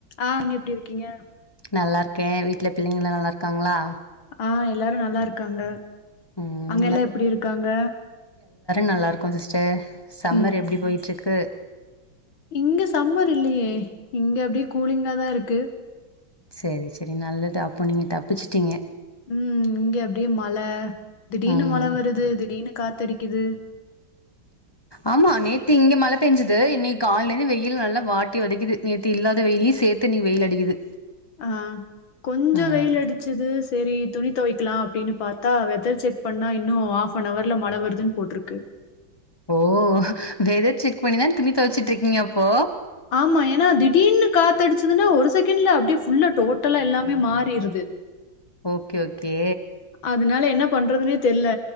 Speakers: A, on the left; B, on the left.
A: ஆஹ் இங்க எப்டி இருக்கீங்க
B: நல்லாருக்கே வீட்ல பிள்ளைங்களலா நல்லாருக்காங்களா
A: ஆஹ் எல்லாரு நல்லா இருக்காங்க
B: ம்
A: அங்க எல்லா எப்டி இருக்காங்க
B: நல்லாருக்கோ சிஸ்டர் சம்மர்
A: ம்
B: எப்டி போய்ட்டு இருக்கு கு
A: இங்க சம்மர் இல்லியே இங்க அப்டியே கூலிங்கா தா ‌இருக்கு
B: சரி சரி நல்லது அப்போ நீங்க தப்பிச்சுட்டீங்க
A: உம் இங்க அப்டியே மழ திடீர்னு
B: ம்
A: மழை வருது திடீர்னு காத்தடி குது
B: ஆமா நேத்து இங்க மழ பேஞ்சுது இன்னிக்கு காலேந்து வெயில் நல்லா வாட்டி வதைக்குது நேத்து இல்லாத வெயிலயு சேத்து இன்னிக்கு வெயில் அடிக்குது
A: ஆ கொஞ்ஜோ
B: ம்
A: வெயில் அடிச்சது சேரி துணி துவைக்கலா அப்டின்னு பாத்தா வெதர் செக் பண்ணா இன்னு ஹாஃவன் ஹவர்ல மழ வருதுனு போட்டுருக்கு
B: ஓ வெதர் செக் பண்ணி தா துணி துவச்சிட்டு இருக்கீங்க அப்போ
A: ஆமா ஏனா திடீர்னு காத்தடிச்சதுனா ஒரு செக்கண்ட்ல அப்டியே ஃபுல்லா டோட்டலா எல்லாமே மாறிடுது
B: ஓகே ஓகே
A: அதுனால என்ன பண்றதுனே தெரில